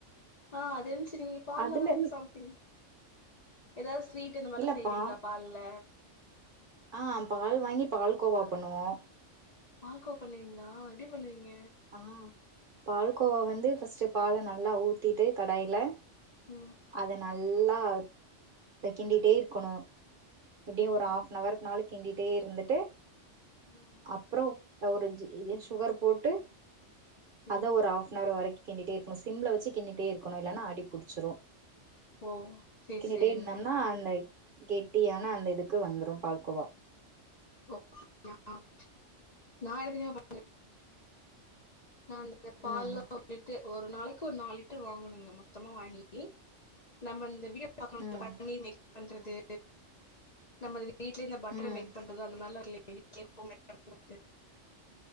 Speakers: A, on the left (about 40°); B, on the right (about 50°).
A: ஆ அது இருந்துச்சு நீங்க பாலுலா
B: அதுல
A: வாங்கி
B: இருந்து
A: சாப்ட்டீங்க ஏதாவது ஸ்வீட் இந்த மாரிலா
B: இல்லப்பா
A: செய்வீங்களா பால்ல
B: ஆ பால் வாங்கி பால் கோவா பண்ணுவோம்
A: பால்க்கோ பண்ணுவீங்களா எப்டி பண்ணுவீங்க
B: ஆ பால்கோவா வந்து ஃபஸ்ட்டு பால நல்லா ஊத்திட்டு கடாயில
A: ம்
B: அத நல்லா க கிண்டிட்டே இருக்கணோம் அப்டியே
A: ம்
B: ஒரு ஹாஃப்ன் நவர்க்கு மேல கிண்டிட்டே இருந்துட்டு
A: ம்
B: அப்றோம் ஒரு ஜீ சுகர் போட்டு
A: ம்
B: அத ஒரு ஹாஃபன் நவர் வரைக் கிண்டிட்டே இருக்கனும் சிம்ல வெச்சு கிண்டிட்டே இருக்கணும் இல்லனா அடிப்புடுச்சுரும்
A: ஓ சேரி
B: கிண்டிட்டே
A: சேரிங்க
B: இருந்தோம்னா அந்த கெட்டியான அந்த இதுக்கு வந்துரும் பால்கோவா
A: <unintelligible> நா இந்த பால்லாம்
B: ம்
A: வந்துட்டு ஒரு நாளைக்கு ஒரு நாலு லிட்டர் வாங்கணுங்க மொத்தமா வாங்கி நம்ம இந்த வீடிய
B: ம்
A: பன்னீர் மேக் பண்றது நம்ம இது வீட்லயே இந்த பட்டர்
B: ம்
A: மேக் பண்றது அந்த மாரில்லாம் <inaudible> பண்றது